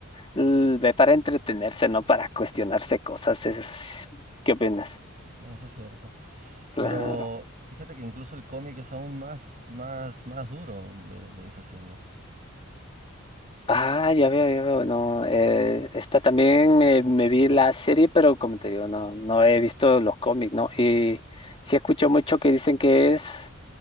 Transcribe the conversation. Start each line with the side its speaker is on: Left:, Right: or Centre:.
Left: l- ve para entretenerse, no para cuestionarse cosas. es- ¿Qué opinas?
Right: Eso es cierto. Pero
Left: Claro.
Right: fíjate que incluso el cómic es aún más, más, más duro de, de esa serie.
Left: Ah, ya veo, ya veo, no, eh, esta también me, me vi la serie, pero como te digo, no, no he visto los cómics, ¿no? Y sí escucho mucho que dicen que es